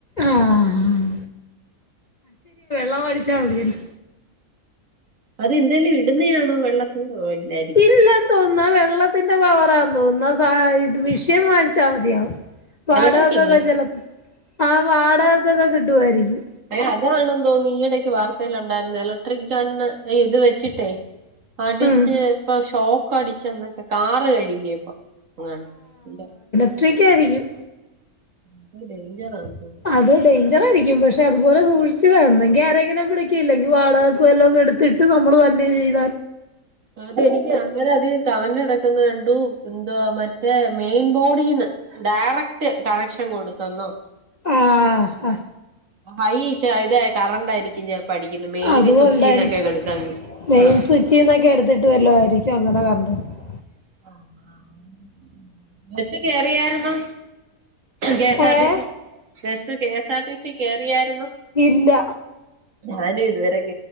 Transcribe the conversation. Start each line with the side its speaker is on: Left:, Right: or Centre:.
Left: ആഹ് ള്ളമടിച്ചാ മതിയെന്ന്
Right: അതെന്തേലും ഇട്ന്നയാണോ വെള്ളത്തി ഇല്ലായിരിക്കും
Left: ഇല്ലന്തോന്നു ആ വെള്ള ത്തിന്റെ പവറാ തോന്നുന്നു. ആ സാ ഇത് മിഷ്യൻ വാങ്ങിച്ചാ മതിയാവും വാടകക്കൊക്കെ
Right: ഇലക്ട്രിക് ഇല്ലേ
Left: ചെലപ്പൊ, ആ വാടകക്കൊക്കെ കിട്ടുവായിരിക്കും.
Right: <unintelligible> തോന്നി ഈയിടക്ക് വാർത്തേലുണ്ടായിരുന്നു എലക്ട്രിക് ഗണ്ണ് ഇത് വെച്ചിട്ടേ അടിച്ച്
Left: ഉം
Right: ഇപ്പൊ ഷോക്കടിച്ചെന്നൊക്കെ കാറ് കഴ് ഇല്ല ഇപ്പൊ <unintelligible>
Left: ഇലക്ട്രിക്കായിരിക്കും
Right: ഇത് ഡേഞ്ചറാന്ന് തോന്നുന്നു
Left: അതടെ ഞ്ചറായിരിക്കും പക്ഷെ അതുപോലെ സൂക്ഷിച്ച് ഒന്നെങ്കി ആരെങ്കിലും വിളിക്കാ ഇല്ലെങ്കി വാടകക്ക് വല്ലോം കൊടുത്തിട്ട് നമ്മള് ന്നെ ചെയ്ത
Right: അതെനിക്ക് അന്നേരതീ കമന്റ് കെടക്ക്ന്ന കണ്ടൂ എന്തുവാ മറ്റേ മെയിൻ ബോഡീന്ന് ഡയറക്റ്റ് കണക്ഷൻ കൊടുത്തെന്നോ
Left: ആഹ് അഹ്
Right: ഹൈ ഇതായ കറണ്ടായിരിക്കും ചെലപ് പഠിക്കുന്നു മെയിനി
Left: അതുകൊണ്ടായിരിക്കും
Right: സുച്ചീന്നൊക്കെ കൊടുക്കാ ഇനി.
Left: മെയിൻ
Right: ഏഹ്
Left: സ്വിച്ചിന്നൊക്കെ എടുത്തിട്ട് വല്ലോ ആയിരിക്കും അങ്ങനെ കരണ്ടടിച്ചത്
Right: ആഹ് <inaudible> ബസ് കേറിയായിരുന്നു. കെ എസ് ആർ
Left: ഏഹ്
Right: ടി C bus K S R T C കേറിയാര്
Left: ഇല്ല
Right: ഞാനു ഇതു വരെ